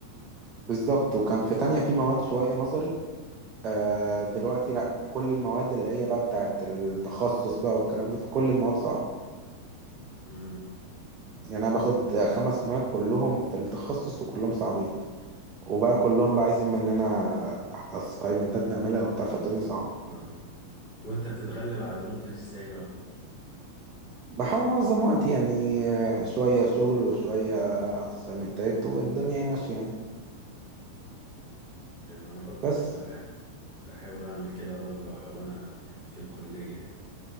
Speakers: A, on the right; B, on the left.
A: بالظبط وكان في تانية في مواد شويه نظري آه دلوقتي لا كل المواد اللي هي بقى بتاعت التخصص بقى والكلام ده فكل المواد صعبة
B: امم
A: يعني أنا باخد خمس مواد كلهم في التخصص وكلهم صعبين وبقى كلهم بقى عايزين مننا أسايمنتات نعملها وبتاع فالدنيا صعبة
B: فاهم. وانت بتتغلب على النقطة دي ازاي بقى
A: بحاول أنظم وقتي يعني آه، شوية شغل وشوية أسايمنتات والدنيا هي ماشية يعني
B: اللي انا برضو
A: بس
B: كنت بح... بحاول اعمل كده برضو وانا في الكلية يعني